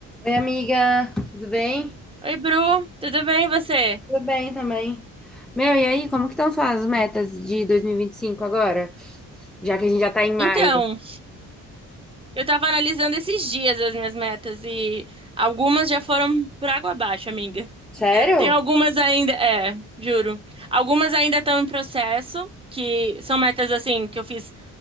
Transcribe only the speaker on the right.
Oi, Bru, tudo bem e você?
Então, eu tava analisando esses dias as minhas metas e algumas já foram por água abaixo, amiga.
<laughs> Tem algumas ainda, é, juro. Algumas ainda estão em processo, que são metas assim que eu fiz